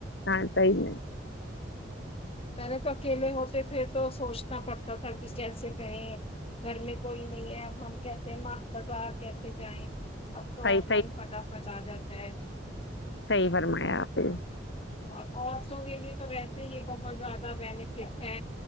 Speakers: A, on the left; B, on the left.
A: ہاں سی میں
B: پہلے تو اکیلے ہوتے تھے تو سوچنا پڑتا تھا کہ کیسے کہیں گھر میں کوئی نہیں ہے اب ہم کیا سیما بازار کیسے جائیں اب تو
A: صحیح
B: آن لائن فٹافٹ آ جاتا ہے
A: صحی فرمایا آپے
B: اور اورسوں کے لیے تو ویسے ہی یہ بہت بہت زیادہ بینیفٹ ہے